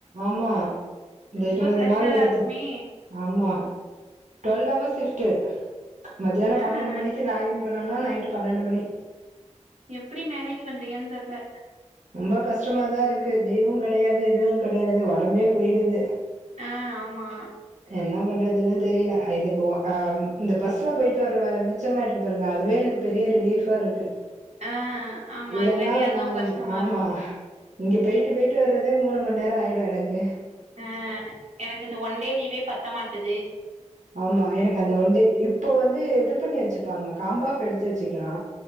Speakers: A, on the right; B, on the right.
A: ஆமா இந்த
B: ரொம்ப
A: இருவது
B: ப்ரெஷரா
A: நாள் இருவத்து
B: இருக்குமே
A: ஆமா டுவெல் அவர்ஸ் ஷிஃப்டு. மத்தியானோ
B: ஆ
A: பன்னெண்டு
B: ஆ
A: மணிக்கு லாங்கின் பண் ணோனா நைட்டு பன்னெண்டு மணி
B: எப்டி மேனேஜ் பண்றீங்கன்னு தெர்ல.
A: ரொம்ப கஷ்டமாதா இருக்கு லீவுங் கெடயாது எதுவுங் கெடயாது ஒடம்பே போய்டுது.
B: ஆ ஆமா
A: என்ன பண்றதுன்னு தெரில இதுக்கு ஒ அ இந்த பஸ்ல போயிட்டு வர்ற வேல மிச்சமாாயிருக்கு பாருங்க அதுவே எனக்கு பெரிய ரிலீஃபா இருக்கு
B: ஆ ஆமா
A: இல்லனா
B: இல்லாட்டி அதுவு
A: நா
B: கஷ்டமா
A: ஆமா
B: இருக்கு
A: இங்க போயி்ட்டு போயிட்டு வர்றதே மூணு மண் நேரோ ஆயிடு எனக்கு
B: ஆ எனக்கு இந்த ஒன் டே லீவே பத்த மாட்டது
A: ஆமா எனக்கு அந்த ஒண்டே இப்ப வந்து இது பண்ணி வெச்சுப்பாங்க காம்பாஃப் எடுத்து வெச்சுக்கலா